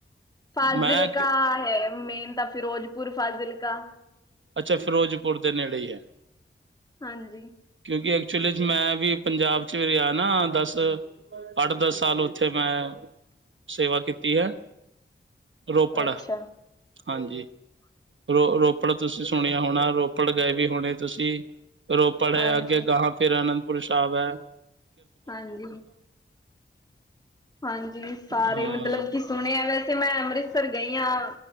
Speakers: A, on the left; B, on the right.
A: ਫਾਜ਼ਿਲਕਾ
B: ਮੈਂ
A: ਕਾ ਹੈ ਮੇਨ ਤਾਂ ਫਿਰੋਜ਼ਪੁਰ ਫਾਜ਼ਿਲਕਾ।
B: ਅੱਛਾ ਫਿਰੋਜ਼ਪੁਰ ਦੇ ਨੇੜੇ ਹੀ ਹੈ।
A: ਹਾਂਜੀ।
B: ਕਿਉਂਕਿ ਐਕਚੁਲੀ 'ਚ ਮੈਂ ਵੀ ਪੰਜਾਬ 'ਚ ਰਿਹਾ ਨਾ ਦਸ। ਅੱਠ ਦਸ ਸਾਲ ਉੱਥੇ ਮੈਂ ਸੇਵਾ ਕੀਤੀ ਹੈ। ਰੋਪੜ
A: ਅੱਛਾ।
B: ਹਾਂਜੀ ਰੋ ਰੋਪੜ। ਤੁਸੀਂ ਸੁਣਿਆ ਹੋਣਾ ਰੋਪੜ ਗਏ ਵੀ ਹੋਣੇ ਤੁਸੀਂ ਰੋਪੜ ਹੈ।
A: ਹਾਂਜੀ,
B: ਅੱਗੇ ਜਾਕੇ ਗਾਹਾਂ। ਫਿਰ ਅਨੰਦਪੁਰ ਸ਼ਾਹਿਬ ਏ।
A: ਹਾਂਜੀ ਹਾਂਜੀ ਸਾਰੇ
B: ਹਾਂ
A: ਮਤਲਬ ਕਿ। ਸੁਣਿਆ ਵੈਸੇ ਮੈਂ ਅੰਮ੍ਰਿਤਸਰ ਗਈ ਆਂ।